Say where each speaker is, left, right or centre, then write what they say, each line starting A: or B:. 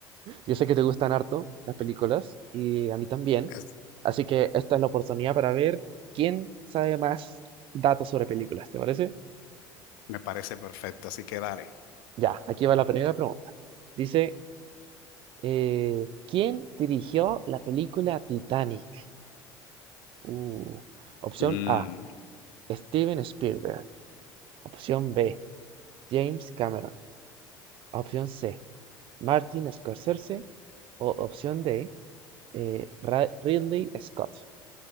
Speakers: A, on the right; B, on the left.
A: Yo sé que te gustan harto las películas y a mí también,
B: Es-
A: así que esta es la oportunidad para ver quién sabe más datos sobre películas, ¿te parece?
B: me parece perfecto, así que dale.
A: Ya, aquí va la primera pregunta. Dice, eh, ¿quién dirigió la película Titanic? Uh, opción
B: Mm,
A: A, Steven Spielberg. Opción B, James Cameron. Opción C, Martin Scorsese. O opción D, eh, Ridley Scott.